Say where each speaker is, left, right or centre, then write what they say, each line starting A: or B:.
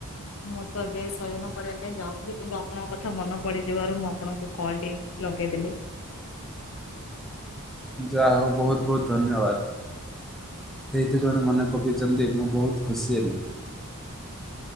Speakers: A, on the left; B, in the centre.
A: ମୁଁ ତ ଏବେ ଶୟନ କରିବା ପାଇଁ ଯାଉଥିଲି କିନ୍ତୁ ଆପଣଙ୍କ କଥା ମନେ ପଡିଯିବାରୁ ମୁଁ ଆପଣଙ୍କୁ କଲଟି ଲଗେଇଦେଲେ।
B: ଯାହା ହୋଉ ବୋହୁତ ବୋହୁତ ଧନ୍ୟବାଦ। କେହିତ ଜଣେ ମନେ ପକାଇଛନ୍ତି ମୁଁ ବୋହୁତ ଖୁସି ହେଲି।